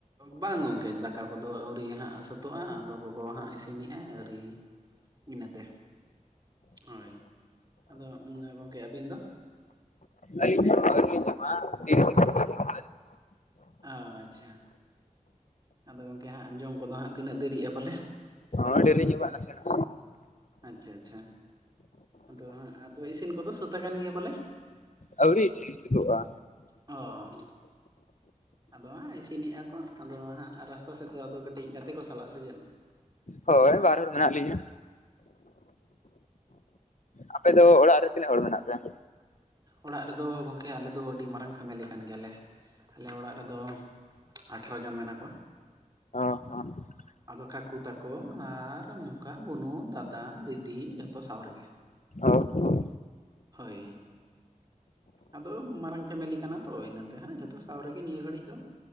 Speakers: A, on the right; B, on the left.
A: ᱵᱟᱝ ᱜᱚᱝᱠᱮ ᱫᱟᱠᱟ ᱠᱚᱫᱚ ᱟᱹᱣᱨᱤ ᱦᱟᱸᱜ ᱥᱟᱹᱛᱳᱜ-ᱟ ᱟᱫᱚ ᱜᱚᱜᱚ ᱦᱟᱸᱜ ᱤᱥᱤᱱᱮᱜᱟᱭ ᱟᱹᱣᱨᱤ᱾ ᱤᱱᱟᱹᱛᱮ ᱦᱳᱭ, ᱟᱫᱚ ᱜᱚᱝᱠᱮ ᱟᱹᱵᱤᱱ ᱫᱚ?
B: ᱟᱹᱞᱤᱧ ᱦᱚᱸ ᱟᱹᱣᱨᱤ ᱞᱤᱧ ᱡᱚᱢᱟ <inaudible>
A: ᱚ ᱟᱪᱪᱷᱟ ᱟᱫᱚ ᱜᱚᱝᱠᱮ ᱦᱟᱸᱜ ᱡᱚᱢ ᱠᱚᱫᱚ ᱦᱟᱸᱜ ᱛᱤᱱᱟᱹᱜ ᱫᱮᱨᱤᱜ-ᱟ ᱯᱟᱞᱮ?
B: ᱦᱳᱭ ᱫᱮᱨᱤ ᱧᱚᱜᱚᱜ-ᱟ ᱱᱟᱥᱮᱱᱟᱜ᱾
A: ᱟᱪᱪᱷᱟ ᱟᱪᱪᱷᱟ ᱟᱫᱚ ᱦᱟᱸᱜ ᱟᱫᱚ ᱤᱥᱤᱱ ᱠᱚᱫᱚ ᱥᱟᱹᱛ ᱟᱠᱟᱱ ᱜᱮᱭᱟ ᱯᱟᱞᱮ?
B: ᱟᱹᱣᱨᱤ ᱤᱥᱤᱱ ᱥᱳᱛᱳᱜ-ᱟ᱾
A: ᱚ ᱟᱫᱚ ᱦᱟᱸᱜ ᱤᱥᱤᱱᱮᱜ-ᱟ ᱠᱚ, ᱟᱫᱚ ᱦᱟᱸᱜ ᱨᱟᱥᱛᱟ ᱥᱮᱫ ᱫᱚ ᱟᱫᱚ ᱠᱟᱹᱴᱤᱡ ᱜᱟᱛᱮ ᱠᱚ ᱥᱟᱞᱟᱜ-ᱟ ᱥᱮ ᱪᱮᱫ?
B: ᱦᱳᱭ ᱵᱟᱨ ᱦᱚᱲ ᱢᱮᱱᱟᱜ ᱞᱤᱧᱟᱹ᱾ ᱟᱯᱮ ᱫᱚ ᱚᱲᱟᱜ ᱨᱮ ᱛᱤᱱᱟᱹᱜ ᱦᱚᱲ ᱢᱮᱱᱟᱜ ᱯᱮᱭᱟ?
A: ᱚᱲᱟᱜ ᱨᱮᱫᱚ ᱜᱚᱝᱠᱮ ᱟᱞᱮ ᱫᱚ ᱟᱹᱰᱤ ᱢᱟᱨᱟᱝ ᱯᱷᱮᱢᱮᱞᱤ ᱠᱟᱱ ᱜᱮᱭᱟᱞᱮ᱾ ᱟᱞᱮ ᱚᱲᱟᱜ ᱨᱮᱫᱚ ᱟᱴᱷᱨᱚ ᱡᱚᱱ ᱢᱮᱱᱟᱜ ᱠᱚᱣᱟ᱾
B: <unintelligible>
A: ᱟᱫᱚ ᱠᱟᱠᱩ ᱛᱟᱠᱚ ᱟᱨ ᱱᱚᱝᱠᱟ ᱵᱩᱱᱩ, ᱫᱟᱫᱟ, ᱫᱤᱫᱤ ᱡᱚᱛᱚ ᱥᱟᱶ ᱨᱮᱜᱮ᱾
B: ᱦᱚᱸ
A: ᱦᱳᱭ᱾ ᱟᱫᱚ ᱢᱟᱨᱟᱝ ᱯᱷᱮᱢᱮᱞᱤ ᱠᱟᱱᱟ ᱛᱚ ᱤᱱᱟᱹᱛᱮ ᱦᱟᱸᱜ ᱡᱷᱚᱛᱚ ᱥᱟᱶ ᱨᱮᱜᱮ ᱱᱤᱭᱟᱹ ᱜᱷᱟᱹᱲᱤᱡ ᱫᱚ᱾